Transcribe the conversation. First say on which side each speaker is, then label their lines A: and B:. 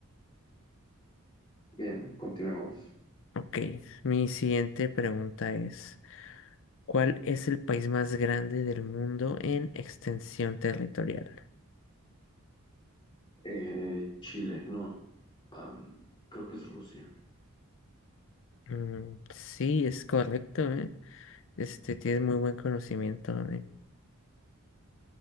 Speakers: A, on the left; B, on the left.
A: Bien, continuemos.
B: Ok, mi siguiente pregunta es... ¿Cuál es el país más grande del mundo en extensión territorial?
A: Eh, Chile, no. am, creo que es Rusia.
B: Mm, sí, es correcto, ¿eh? Este, tienes muy buen conocimiento, ¿eh?